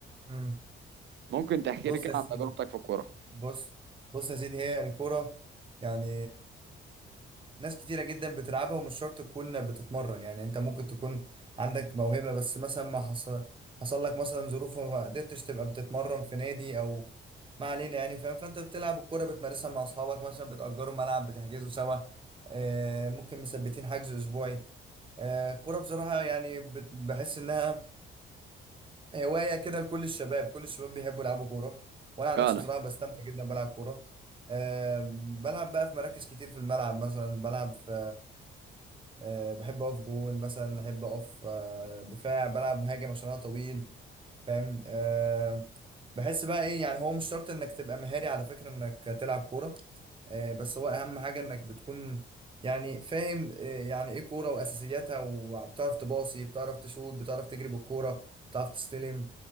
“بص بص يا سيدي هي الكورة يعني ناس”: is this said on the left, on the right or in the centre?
Right